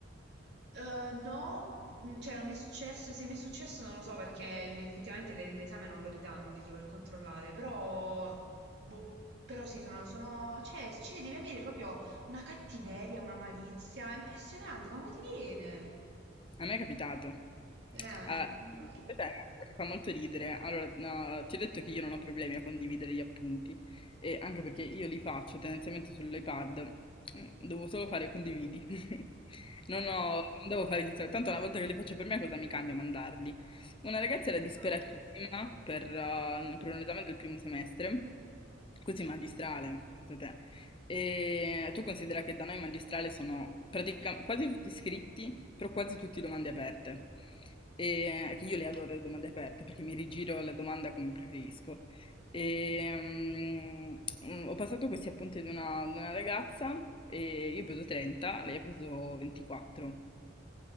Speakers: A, on the right; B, on the left.
A: Eh, no, mm, cioè non mi è successo, e se mi è successo non lo so perché l- effettivamente le- l'esame non lo ridanno indietro per controllare, però, boh, però sì, sono, sono, cioè, cioè, devi avere proprio una cattiveria, una malizia, è impressionante, ma come ti viene?
B: A me è capitato.
A: Eh,
B: Ah,
A: mamma mia.
B: questa è una cosa che fa molto ridere. Allora, no, ti ho detto che io non ho problemi a condividere gli appunti, e anche perché io li faccio tendenzialmente sull'iPad, mm, devo solo fare condividi. <laughs> Non
A: eh,
B: ho, non devo fare chissà, tanto una volta che li faccio per me cosa mi cambia mandarli? Una ragazza era
A: esatto.
B: disperatissima per, eh, per un esame del primo semestre, così magistrale, pensa te. E tu considera che da noi magistrale sono praticamente quasi tutti iscritti, però quasi tutte domande aperte. E che io le adoro le domande aperte perché mi rigiro la domanda come preferisco. E, mm, mm, ho passato questi appunti ad una, ad una ragazza e io ho preso 30, lei ha preso 24.